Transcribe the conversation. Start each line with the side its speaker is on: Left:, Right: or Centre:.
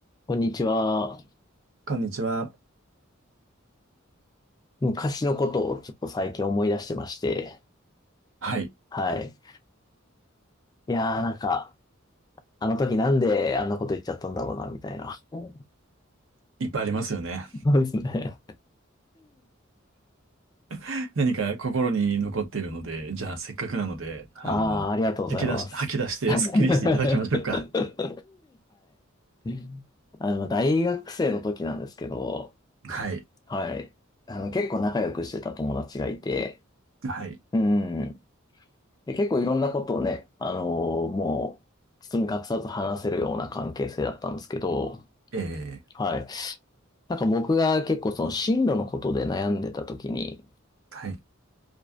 Left: こんにちは。
Right: こんにちは。
Left: 昔のことをちょっと最近思い出してまして。
Right: はい。
Left: はい。いやーなんか、あの時なんであんなこと言っちゃったんだろうな、みたいな。そ
Right: いっぱいありますよね。
Left: うですね。
Right: <laughs> 何か心に残っているので、じゃあせっかくなので、あの、
Left: ああ、ありがとうございます。
Right: 吐き出し、吐き出してスッキリしていただきましょうか。
Left: <laughs> はい。あの、大学生の時なんですけど、
Right: はい。
Left: はい。あの、結構仲良くしてた友達がいて、
Right: はい。
Left: うん。で、結構いろんなことをね、あのーもう、包み隠さず話せるような関係性だったんですけど、
Right: え
Left: はい。なんか僕が結構その進路のことで悩んでた時に、
Right: ー、はい。